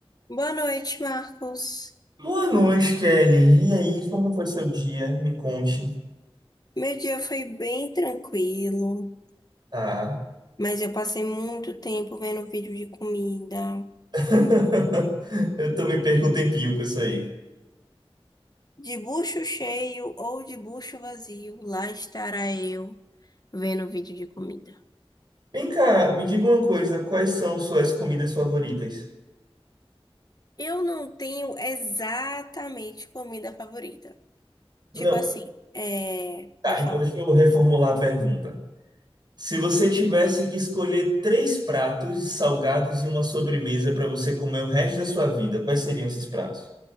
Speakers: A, on the left; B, on the right.
A: Boa noite, Marcos.
B: Boa noite, Kelly. E aí, como foi seu dia? Me conte.
A: Meu dia foi bem tranquilo,
B: Ah,
A: mas eu passei muito tempo vendo vídeo de comida.
B: <laughs> eu também perco um tempinho com isso aí.
A: De bucho cheio ou de bucho vazio, lá estará eu vendo vídeo de comida.
B: Vem cá, me diga uma coisa, quais são suas comidas favoritas?
A: Eu não tenho exatamente comida favorita.
B: Não,
A: Tipo assim, é...
B: tá,
A: pode
B: então
A: falar.
B: deixa eu reformular a pergunta. Se você tivesse que escolher três pratos salgados e uma sobremesa para você comer o resto da sua vida, quais seriam esses pratos?